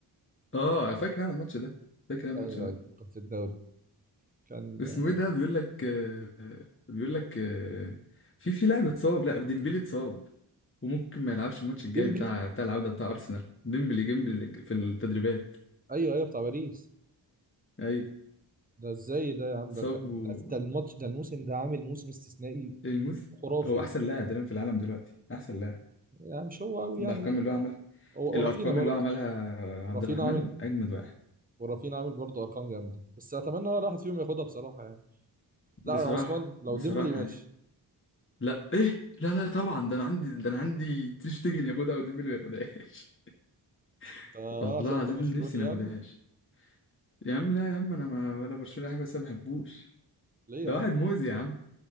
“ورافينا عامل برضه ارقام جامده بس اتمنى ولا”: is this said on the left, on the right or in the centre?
Right